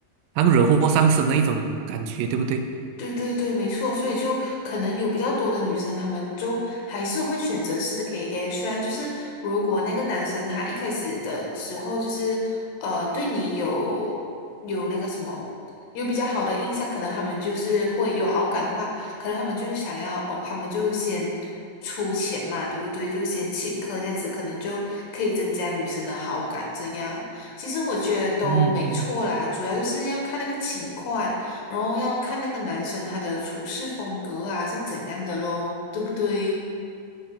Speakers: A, on the right; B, on the left.
A: 好像惹祸上身的一种感觉，对不对？
B: 对对对，没错，所以就可能有比较多的女生，她们就还是会选择是 AA。虽然就是如果那个男生他一开始的时候就是呃对你有有那个什么有比较好的印象，可能他们就是会有好感的话，可能他们就是想要哦，他们就先出钱嘛，对不对？就先请客这样子，可能就可以增加女生的好感。这样其实我觉得都没错啦，
A: 嗯嗯。
B: 主要就是要看那个情况。然后要看那个男生他的处事风格啊是怎样的咯，对不对？